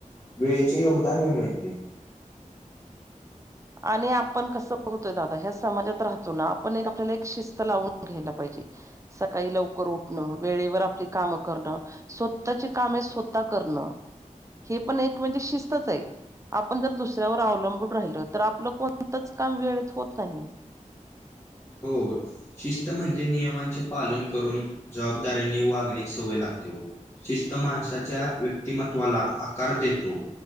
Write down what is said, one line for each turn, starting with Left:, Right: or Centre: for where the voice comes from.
Left: वेळेचे योगदान व मिळते.
Right: आणि आपण कसं पोहोतय दादा ह्या समाजात राहतो ना, आपण एक आपल्याला एक शिस्त लावून घ्यायला पाहिजे. सकाळी लवकर उठणं वेळेवर आपली कामं करणं. स्वतःचे काम आहे स्वतः करणं हे पण एक म्हणजे शिस्तच आहे. आपण जर दुसऱ्यावर अवलंबून राहिलं, तर आपलं कोणतच काम वेळेत होत नाही.
Left: होच शिस्त म्हणजे नियमांचे पालन करून, जबाबदाऱ्यांनी वागण्या सवय लागते. हो शिस्त माणसाच्या व्यक्तिमत्वाला आकार देतो.